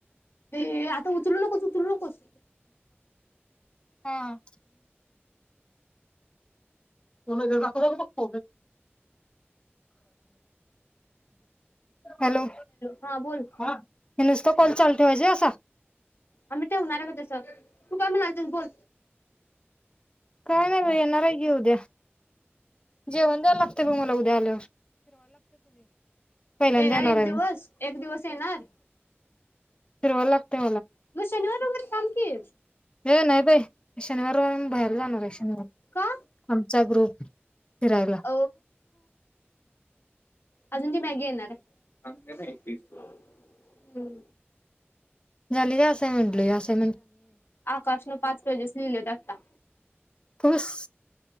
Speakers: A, on the left; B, on the left.
A: ते आता उचलू नकोस उचरू नकोस.
B: हा. को जगा को म हॅलो
A: हा बोल
B: हे नुसत कॉल चालू ठेवायचे असा.
A: आम्ही ठेवणार आहे का तसं तू काय म्हणाल तुझ बोल.
B: काय नाही भ ये नरा येऊद्या जेवण द्यायला लागत बघ मला बलो पहिल्यांदा
A: येणार एक
B: आहे
A: दिवस
B: मी
A: एक दिवस येणार
B: फिरवायला लागतंय
A: मग शनिवारैर काम कि
B: हे नाही बाई शनिवार बाहेर जाणार आहे. ह
A: का
B: आमचा ग्रुप फिरायला
A: <unintelligible> अजून ती मॅगी येणार आहे.
B: झाली असायन म्हंटल असं.
A: आकाशने पाच पेजेस लिहिलेत आता
B: खुश.